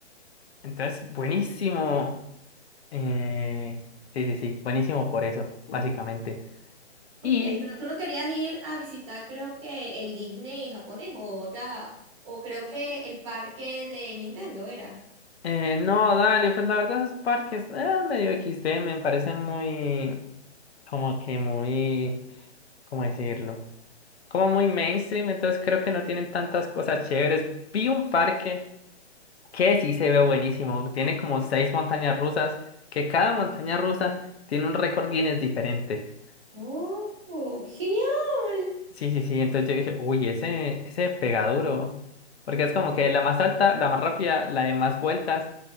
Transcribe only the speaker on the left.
Entonces, buenísimo.
Eh, sí, sí, sí, buenísimo por eso, básicamente.
y
Eh, no, dale, pues la verdad esos parques eh, medio XD me parecen muy, como que muy, ¿cómo decirlo? Como muy mainstream, entonces creo que no tienen tantas cosas chéveres. Vi un parque que sí se ve buenísimo, tiene como seis montañas rusas, que cada montaña rusa tiene un récord Guinness diferente.
Sí, sí, sí, entonces yo dije, uy, ese, ese pega duro, porque es como que la más alta, la más rápida, la de más vueltas